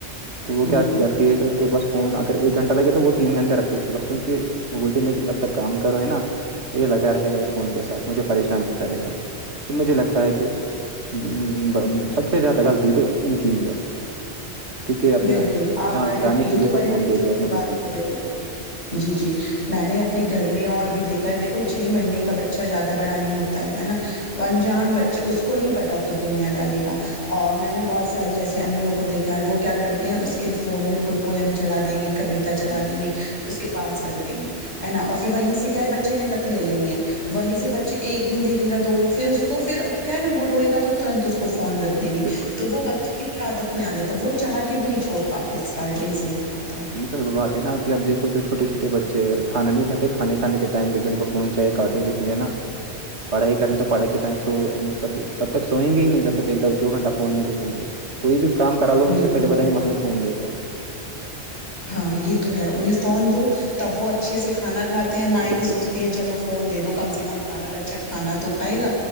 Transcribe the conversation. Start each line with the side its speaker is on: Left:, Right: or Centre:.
Right: تو وہ
Left: ہوں،
Right: کیا
Left: ہوں،
Right: کرتے تھ اس کے پاس فون اگر ایک گھنہ لگے تو وہ تین گھنٹے رکھتی ہے اس کے پس کیونکہ وہ بولتی میں تب تک کام کروں ہے نا تو یہ لگا رہے گا فون کے ساتھ مجھے پریشان نہیں کرے گا تو مجھے لگتا ہے کہ ہمم ہمم سب سے زیادہ غلطی تو ان کی ہی ہے کیونکہ اپنا
Left: بالکل آپ
Right: جان
Left: بڑے
Right: چڑانے
Left: یہ
Right: کے لیے تو
Left: بڑے
Right: فون
Left: بچوں
Right: دیتے اپنے
Left: کی بات
Right: بچوں
Left: ہو
Right: کو
Left: گئی ہے۔ جی جی میں نے اپنے گھر میں اور بھی دیکھا ہے دیکھو چھ مہینے کا بچہ زیادہ بڑا نہیں ہوتا ہے نا انجان بچے اس کو نہیں پتا کچھ دنیا داری کا اور میں نے بہت ساری جیسی امیوں کو دیکھ وہ کیا کرتی ہیں اس کے فون میں کوئی پوئم چلا دیں گی کویتا
Right: ہوں
Left: چلا
Right: ہوں،
Left: دیں گی اس کے پاس رکھ دیں گی ہے نا اور پھر وہیں سے کیا ہے بچے نے لت لے لینی ہے وہیں سے بچے ایک دن دیکھے گا دو دن پھر اس کو پھر کیا ہے نا وہ روئے گا تو ترنت اس کو فون رکھے دیں گے
Right: بالکل
Left: تو وہ بچے کی عادت میں آ جاتا ہے وہ چاہ کے بھی نہیں چھوڑتے پات اسٹارٹنگ سے ہی باتتا ہے
Right: یہی تو بات ہےا اب آبیکھو جو چھوے چھوٹے بچے کھانا نہیں کھے کھان کھانے کے ٹائ میں بھی ان کو فوناہیے کارٹون دیکیں گے نا پڑھائی کرنی تو پڑھائی کے ٹائم سو تب تک سوئیں گے ہی نہیں جب تک ایک دو گنٹہ فون نہیں دیکھیں گے کوئی بھی کام کرا لو ان
Left: بالکل،
Right: سے پہل
Left: بالکل۔
Right: بتائیں گے ہمیں فون دے دو
Left: ہاں یہ تو ہے انہیں فون دو تب وہ ا اچھے سے کھانا کھاتے ہیں مائیں
Right: بالکل
Left: بھی سوچتی ہیں چلو فون دے دو کم سے کم ہمارا بچہ کھانا کھائے گا